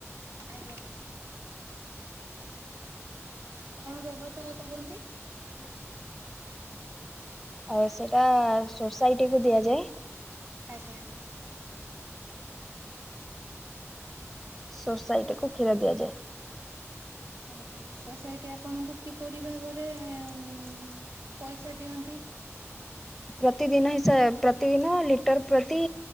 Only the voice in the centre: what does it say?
ଆଜ୍ଞା। ଆଉ ସେଟା ସୋସାଇଟି କୁ ଦିଆଯାଏ।
ସୋସାଇଟି କୁ କ୍ଷୀର ଦିଆଯାଏ।
ପ୍ରତିଦିନ ହିସାବ ପ୍ରତିଦିନ ଲିଟର ପ୍ରତି